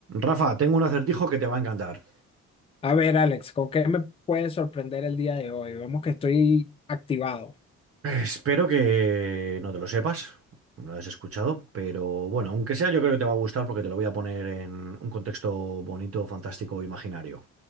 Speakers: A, on the right; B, on the left.
A: Rafa, tengo un acertijo que te va a encantar.
B: A ver, Alex, ¿con qué me puedes sorprender el día de hoy? Vemos que estoy activado.
A: Espero que no te lo sepas, no lo has escuchado, pero bueno, aunque sea, yo creo que te va a gustar porque te lo voy a poner en un contexto bonito, fantástico, imaginario.